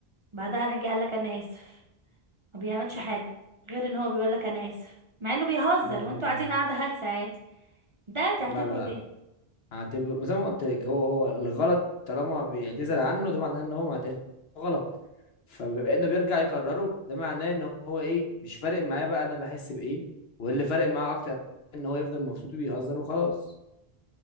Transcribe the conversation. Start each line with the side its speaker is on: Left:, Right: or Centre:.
Right: بعدها راح جاي قال لك انا اسف ما بيعملش حاجه غير ان هو بيقول لك انا اسف مع انه بيهزر
Left: لا
Right: وانتوا
Left: طبعا
Right: قاعدين قاعده هلسه عادي ده تعتبره
Left: لا لا
Right: ايه
Left: هتبقى زي ما قلت لك هو هو الغلط طالما بيعتذر عنه ده معناه ان هو معترف غلط فبما انه بيرجع يكرره ده معناه ان هو ايه مش فارق معاه بقى انا بحس بايه واللي فارق معاه اكتر ان هو يفضل مبسوط وبيهزر وخلاص